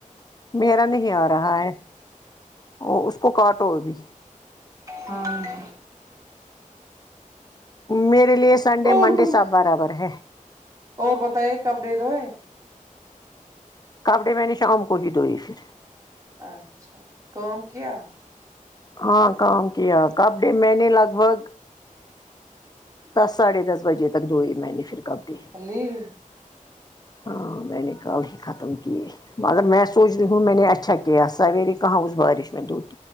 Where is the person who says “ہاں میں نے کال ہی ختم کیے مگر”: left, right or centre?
Left